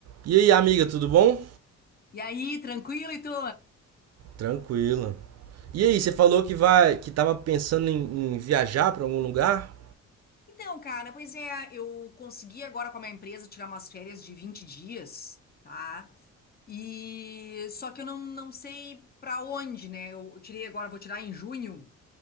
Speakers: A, on the right; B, on the left.
A: E aí, amiga, tudo bom?
B: E aí, tranquilo, e tu?
A: Tranquila. E
B: Bom.
A: aí, você falou que vai, que tava pensando em, em viajar para algum lugar?
B: Então, cara, pois é, eu consegui agora com a minha empresa tirar umas férias de 20 dias, tá? E só que eu não, não sei pra onde, né? Eu tirei agora, vou tirar em junho